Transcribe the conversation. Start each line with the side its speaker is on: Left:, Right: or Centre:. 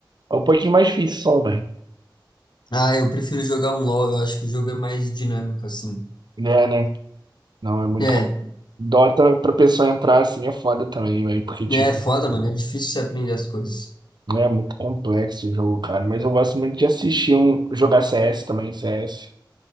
Right: É um pouquinho mais difícil só, velho.
Left: Ah, eu prefiro jogar um LoL, eu acho que o jogo é mais dinâmico, assim.
Right: É, né? Não, é muito.
Left: É,
Right: Dota pra pessoa entrar assim é foda também, velho. Porque, tipo,
Left: é foda, mano, é difícil você aprender as coisas.
Right: Né, É muito complexo o jogo, cara. Mas eu gosto muito de assistir um jogar CS também, CS.